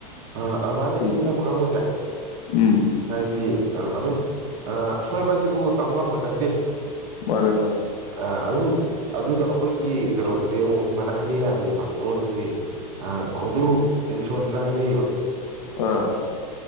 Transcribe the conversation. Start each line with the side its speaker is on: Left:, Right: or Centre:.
Right: ꯑ ꯑꯗꯨꯃꯥꯏꯅ
Left: ꯎꯝ
Right: ꯏꯟ ꯁꯣꯏꯕ ꯀꯥꯡꯕꯨꯁꯦ
Left: ꯎꯝ
Right: ꯍꯥꯏꯗꯤ ꯑꯪ ꯑꯗꯨꯝꯁꯣꯏꯕꯁꯤꯕꯨ ꯇꯥꯎꯉꯝꯕ ꯅꯠꯇꯦ
Left: ꯃꯥꯅꯦ ꯃꯥꯅꯦ
Right: ꯑ ꯑ ꯑꯗꯨꯝ ꯑꯗꯨꯗꯣ ꯑꯩꯈꯣꯏꯒꯤ ꯀꯩꯅꯣꯗꯨꯗꯤ ꯑꯃꯨꯛ ꯁꯨꯃꯥꯏꯅ ꯍꯥꯏꯅꯩ ꯍꯥꯏꯕꯅꯦꯕ ꯗꯨꯗꯤ ꯀꯂꯨ ꯏꯁꯨꯣꯅ ꯍꯥꯏꯅꯩꯕ
Left: ꯑꯥ